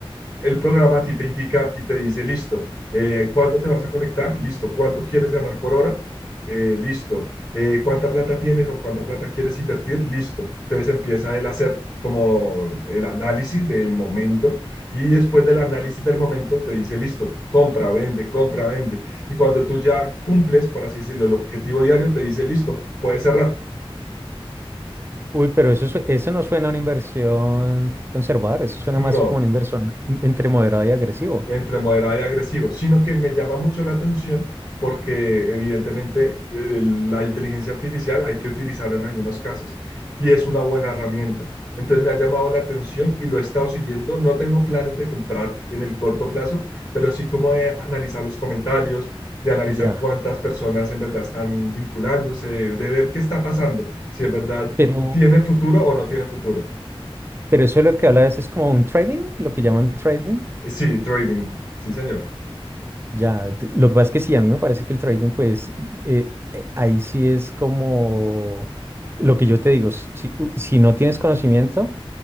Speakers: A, on the left; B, on the right.
A: el programa a ti te indica y te dice, listo, eh, ¿cuándo te vas a conectar? Listo, ¿cuánto quieres ganar por hora? Eh, listo, Eh, ¿cuánta plata tienes o cuánta plata quieres invertir? Listo. Entonces empieza el hacer como el análisis del momento y después del análisis del momento te dice, listo, compra, vende, compra, vende. Y cuando tú ya cumples, por así decirlo, el objetivo diario, te dice, listo, puedes cerrar.
B: Uy, pero eso, su- eso no suena a una inversión conservadora, eso suena
A: No,
B: más como una inversión mm, entre moderado y agresivo.
A: entre moderado y agresivo, sino que me llama mucho la atención porque evidentemente eh, la inteligencia artificial hay que utilizarla en algunos casos y es una buena herramienta. Entonces me ha llamado la atención y lo he estado siguiendo. No tengo planes de comprar en el corto plazo, pero sí como de analizar los comentarios, de analizar
B: Ya,
A: cuántas personas en verdad están vinculándose, de ver qué está pasando, si en verdad
B: pero
A: tiene futuro o no tiene futuro.
B: Pero eso es lo que habla es, es como un trading, lo que llaman trading.
A: Sí, trading, sí señor.
B: Ya, t- lo que pasa es que sí, a mí me parece que el trading, pues eh, eh, ahí sí es como lo que yo te digo, si, u- si no tienes conocimiento,